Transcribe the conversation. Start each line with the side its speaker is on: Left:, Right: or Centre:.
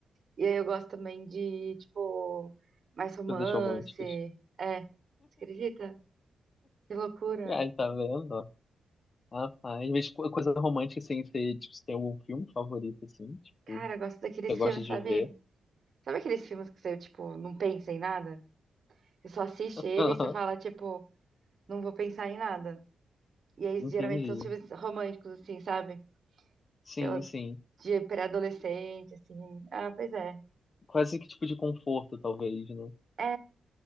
Right: E aí eu gosto também de, tipo, mais romance.
Left: coisas românticas.
Right: É, você acredita? Que loucura.
Left: Ai, tá vendo? ah tá Rapaz, mas co- coisa romântica, assim, você, tipo, você tem algum filme favorito, assim, tipo,
Right: Cara, eu gosto daqueles
Left: você gosta
Right: filmes,
Left: de
Right: sabe?
Left: ver?
Right: Sabe aqueles filmes que você, tipo, não pensa em nada? Você só assiste ele
Left: Aham,
Right: e você fala, tipo, não vou pensar em nada. E aí,
Left: Entendi.
Right: geralmente, são os filmes românticos, assim, sabe?
Left: Sim,
Right: Aquelas
Left: sim.
Right: de pré-adolescente, assim. Ah, pois é.
Left: Quase que tipo de conforto, talvez, né?
Right: É,